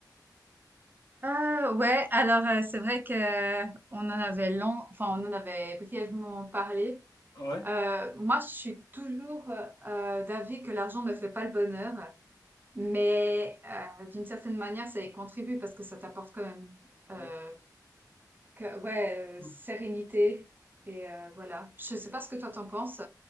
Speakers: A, on the right (about 25°); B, on the left (about 70°).
A: Euh, ouais, alors euh, c'est vrai que euh, on en avait long, enfin on en avait brièvement parlé.
B: Ouais.
A: Euh, moi, je suis toujours euh, d'avis que l'argent ne fait pas le bonheur, mais euh, d'une certaine manière, ça y contribue parce que ça t'apporte quand même, euh,
B: Ouais.
A: que- ouais,
B: Mm.
A: euh, sérénité et euh, voilà. Je sais pas ce que toi t'en penses.